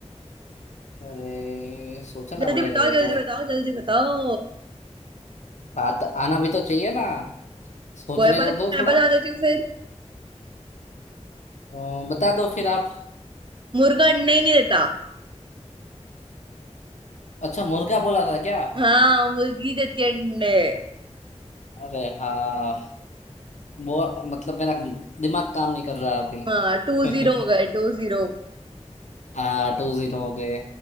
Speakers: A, on the left; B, on the right.
A: अरे सोचना
B: जल्दी
A: पड़ेगा
B: बताओ
A: ये
B: जल्दी
A: तो
B: बताओ जल्दी बताओ
A: आत, आना भी तो चाहिए ना सोचने
B: कोई बात
A: तो
B: नहीं
A: दो
B: मैं
A: थोड़ा
B: बता देती हूँ फिर
A: अ, बता दो फिर आप
B: मुर्गा अंडे ही नहीं देता
A: अच्छा मुर्गा बोला था क्या
B: हाँ मुर्गी देती है अंडे
A: अरे हाँ वो मतलब मेरा दिमाग काम नहीं कर रहा अभी
B: हाँ टू
A: <laughs>
B: जीरो हो गए टू जीरो
A: हाँ टू जीरो हो गए